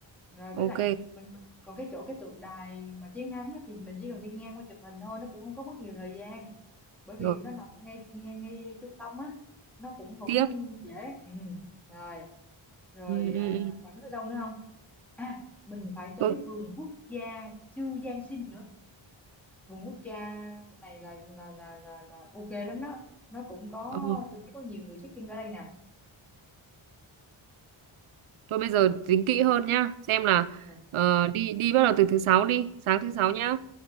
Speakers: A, in the centre; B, on the right (about 80°).
A: rồi
B: Ok,
A: với lại mình mình còn cái chỗ cái tượng đài mà chiến thắng á thì mình chỉ cần đi ngang qua chụp hình thôi nó cũng không có mất nhiều thời gian bởi vì
B: rồi
A: nó nằm ở ngay ngay ngay trung tâm á nó cũng cũng
B: tiếp.
A: dễ ừ. rồi rồi
B: Ừ,
A: à,
B: ừ, ừ.
A: bạn có tới đâu nữa không à mình phải tới
B: Tôi
A: vườn quốc gia Chu Giang Sinh nữa vườn quốc gia này là là là là là ok lắm đó nó cũng có
B: Ừ.
A: tôi thấy có nhiều người check-in ở đây nè
B: Thôi bây giờ tính kỹ hơn nhá, xem là
A: Nè,
B: ờ, đi đi bắt đầu từ thứ sáu đi, sáng thứ sáu nhá.